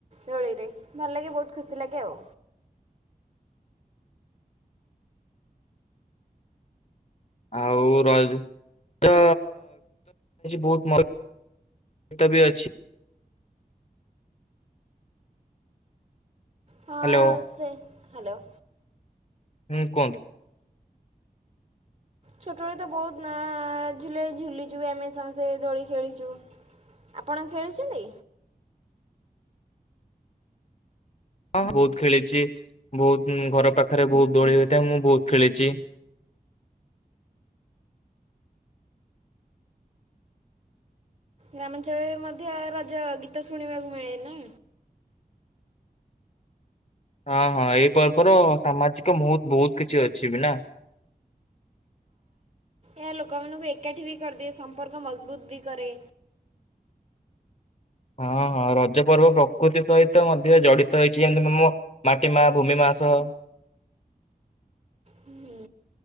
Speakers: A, on the right; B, on the left.
A: ଦୋଳିରେ ଭଲ ଲାଗେ ବହୁତ ଖୁସି ଲାଗେ ଆଉ।
B: <inaudible> ଆଉ ର ତ ବହୁତ ମ ଏତ ବି ଅଛି
A: ହଁ
B: ହ୍ୟାଲୋ।
A: ସେ ହ୍ୟାଲୋ।
B: ହୁ କନ୍
A: ଛୋଟବେଳେ ତ ବହୁତ ଝୁ ଝୁଲିଛୁ ଆମେ ସମସ୍ତେ ଦୋଳି ଖେଳିଛୁ। ଆପଣ ଖେଳିୁଛନ୍ତି
B: ଆ ହଁ ବହୁତ ଖେଳିଛି ବହୁତ ଘର ପାଖରେ ବହୁତ ଦୋଳି ହୋଇଥାଏ ମୁଁ ବହୁତ ଖେଳିଛି।
A: ଗ୍ରାମଞ୍ଚଳ ମ ରାଜ ଗୀତା ଶଣିବାକୁ ମିଳେ ନା
B: ହଁ ହଁ ଏଇ ପର୍ବର ସାମାଜିକ ମୁତ୍ ବହୁତ କିଛି ଅଛି ବି ନା <inaudible>
A: ଏ ଲୋକ ମାନୁ ଏକାଠି ବି କରଦ ସମ୍ପର୍କ ମଜବୁତ ବି କରେ
B: ହଁ ହଁ ରଜ ପର୍ବ ପ୍ରକୃତି ସହିତ ମଧ୍ୟ ଜଡିତ ହେଇଛି ଯେମତି ମମ ମାଟି ମା ଭୂମି ମା ଆସ
A: ହୁଁ।